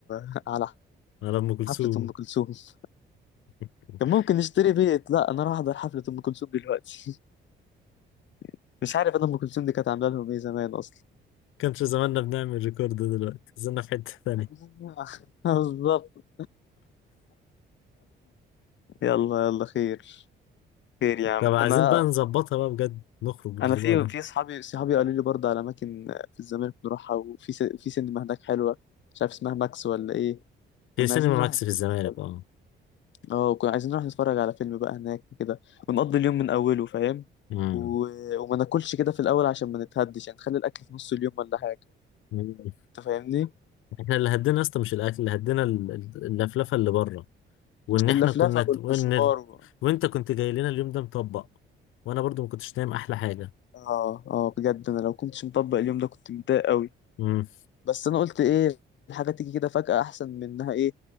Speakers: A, on the left; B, on the left.
A: <laughs> على
B: على أم كلثوم
A: حفلة أم كلثوم <laughs>
B: <laughs>
A: كان ممكن نشتري بيت لا أنا راح أحضر حفلة أم كلثوم دلوقتي <laughs> مش عارف أنا أم كلثوم دي كانت عاملة لهم إيه زمان أصلا
B: كانش زماننا بنعمل ريكورد دلوقتي زلنا في حتة تانية
A: <laughs> بالظبط يلا يلا خير خير يا عم
B: طب عايزين
A: أنا
B: بقى نظبطها بقى بجد نخرج الأسبوع
A: انا في
B: ده
A: في صحابي صحابي قالوا لي برضه على اماكن في الزمالك نروحها وفي س... في سينما هناك حلوه مش عارف اسمها ماكس ولا ايه
B: في
A: كنا
B: سينما
A: عايزين نروح
B: ماكس في الزمالك
A: نتفرج-
B: اه
A: اه كنا عايزين نروح نتفرج على فيلم بقى هناك وكده ونقضي اليوم من اوله فاهم
B: مم.
A: و... وما ناكلش كده في الاول عشان ما نتهدش يعني نخلي الاكل في نص اليوم ولا حاجه
B: مم.
A: انت فاهمني
B: احنا اللي هدينا اصلا مش الاكل اللي هدينا ال- ال- اللفلفه اللي بره وان
A: اللفلفه
B: احنا كنا ت-
A: والمشوار
B: وان ال-
A: و...
B: وانت كنت جاي لنا اليوم ده مطبق وانا برضو ما كنتش نايم احلى حاجه
A: اه اه بجد انا لو كنتش مطبق اليوم ده كنت متضايق قوي
B: مم.
A: بس انا قلت ايه الحاجه تيجي كده فجأة احسن من انها ايه